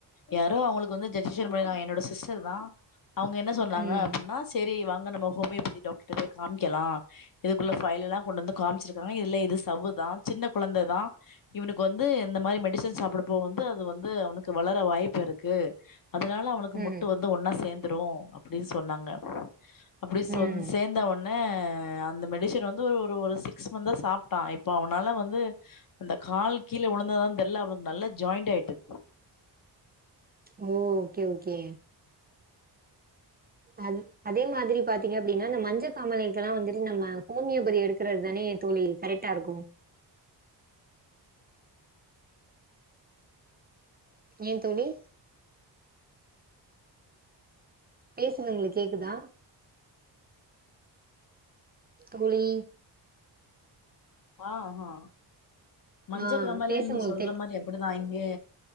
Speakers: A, on the left (about 50°); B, on the right (about 25°).
A: யாரோ அவுங்களுக்கு வந்து சஜஜசன் பண்ணிருக்காக என்னோட சிஸ்டர்தா அவங்க என்ன சொன்னாங்க
B: ம்
A: அப்புட்னா சரி வாங்க நம்ம ஹோமியோபதி டாக்டர்ட்ட போய் காம்க்கலா இதுக்குள்ள ஃபைல் எல்லா கொண்டு வந்து காம்ச்சிருக்காங்க இதுல இது சவ்வுதா சின்ன கொழந்ததா இவுனுக்கு வந்து இந்த மாரி மெடிசன் சாப்றப்போ வந்து அது வந்து அவுனுக்கு வளர வாய்ப்பிருக்கு அதுனால அவனுக்கு
B: ம்
A: முட்டு வந்து ஒன்னா சேந்துரு அப்டின் சொன்னாங்க அப்டி சொன்
B: ம்
A: சேந்த ஒன் னே அந்த மெடிஷன் வந்து ஒரு ஒரு சிக்ஸ் மந்த்தா சாப்பட்டா இப்போ அவனால வந்து அந்த கால் கீழ உழுந்ததான் தெர்ல அவுனுக்கு நல்லா ஜாயிண்ட் ஆய்ட்டு
B: மோ ஓகே ஓகே அ அதே மாதிரி பாத்தீங்க அப்டின்னா இந்த மஞ்ச காமலைக்கல்லா வந்துட்டு நம்ம ஹோமியோபதி எடுக்குறது தானே தோழி கரெட்டா இருக்கு ஏ தோழி பேசுறங்களக்கு கேக்குதா தோழி
A: ஆ ஹ மஞ்ச
B: ஆ
A: காமாலையே
B: பேச
A: நீங்க
B: உங்களுக்கு
A: சொல்ற
B: தெரி
A: மாரி அப்புடிதா இங்க